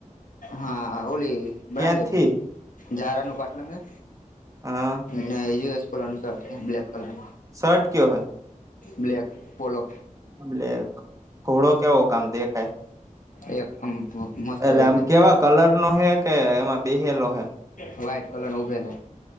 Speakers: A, on the left; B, on the right.
A: હા ઓલી
B: ક્યાંથી
A: બ્રાન્ડેડ. ારનું પાટલે.
B: હા.
A: ના યુ એસ પોલોનું સર બ્લાક કલર.
B: શર્ટ કયો હૈ.
A: બ્લેક પોોલો.
B: બલેક ઘોડો કેવો કામ દેખાય.
A: એકદમ મસ્તજ
B: એટલે આમ
A: છે.
B: કેવા કલર નો હે કે એમાં બેહેલો હે
A: વ્હઇટ કલર ન ઉભેલ.